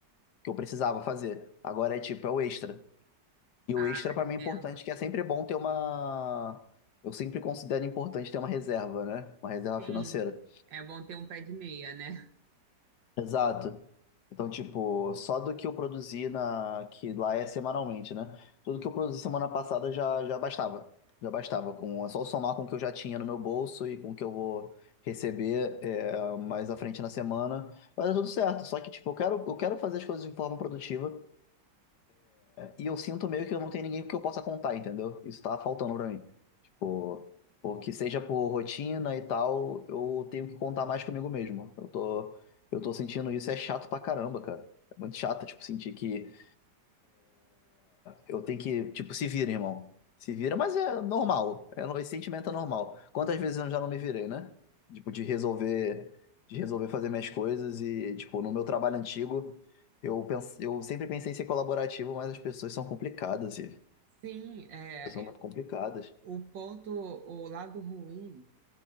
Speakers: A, on the left (about 70°); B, on the right (about 80°).
A: que eu precisava fazer. Agora é tipo, é o extra. E o
B: Ah,
A: extra pra
B: Entendo.
A: mim é importante, que é sempre bom ter uma. Eu sempre considero importante ter uma reserva, né? Uma reserva
B: Sim.
A: financeira.
B: É bom ter um pé de meia, né?
A: Exato. Então, tipo, só do que eu produzi na, que lá é semanalmente, né? Tudo que eu produzi semana passada já, já bastava. Já bastava. Com, é só somar com o que eu já tinha no meu bolso e com o que eu vou receber é, mais à frente na semana. Mas é tudo certo. Só que, tipo, eu quero, eu quero fazer as coisas de forma produtiva. E eu sinto meio que eu não tenho ninguém que eu possa contar, entendeu? Isso tá faltando pra mim. Tipo, porque seja por rotina e tal, eu tenho que contar mais comigo mesmo. Eu tô, eu tô sentindo isso, é chato pra caramba, cara. É muito chato, tipo, sentir que eu tenho que, tipo, se vira, irmão. Se vira, mas é normal. É, no- esse sentimento é normal. Quantas vezes eu já não me virei, né? Tipo, de resolver, de resolver fazer minhas coisas e, tipo, no meu trabalho antigo, eu, pens, eu sempre pensei em ser colaborativo, mas as pessoas são complicadas, e
B: Sim, é,
A: são muito
B: é,
A: complicadas.
B: o ponto, o lado ruim